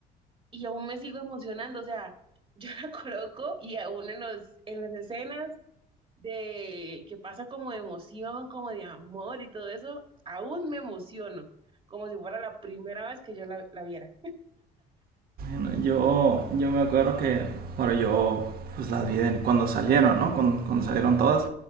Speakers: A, on the right; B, on the right.
A: y aún me sigo emocionando, o sea, <laughs> yo la coloco y aún en los, en las escenas de que pasa como de emoción, como de amor y todo eso, aún me emociono, como si fuera la primera vez que yo la, la viera.
B: Bueno, yo, yo me acuerdo que, bueno, yo pues las vi cuando salieron, ¿no? Cuando, cuando salieron todas.